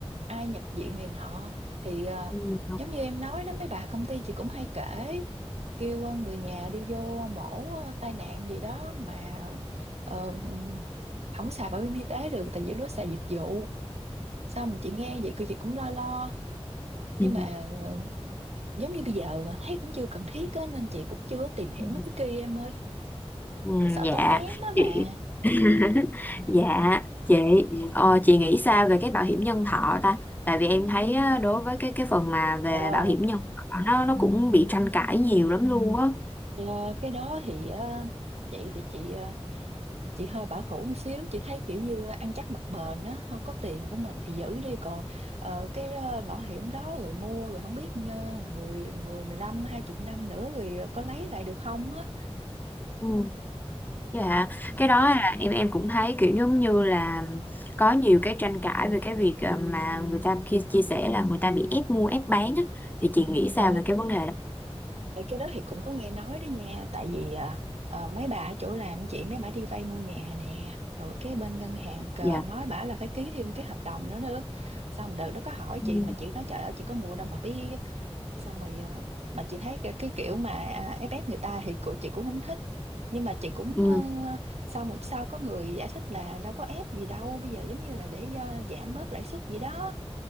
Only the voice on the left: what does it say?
ừ.
Ừ.
Ừ.
Ừ,
dạ
chị
<laughs> dạ chị ờ, chị nghĩ sao về cái bảo hiểm nhân thọ ta tại vì em thấy á, đối với cái cái phần mà về
bảo hiểm nhân thọ nó nó cũng bị tranh cãi nhiều lắm luôn á
Ừ. dạ cái đó là em em cũng thấy kiểu giống như là có nhiều cái tranh cãi về cái việc ờ, mà người ta khi chia sẻ là người ta bị ép mua ép bán á thì chị nghĩ sao
về cái vấn đề đó
dạ
Ừ.
Ừ.
<laughs>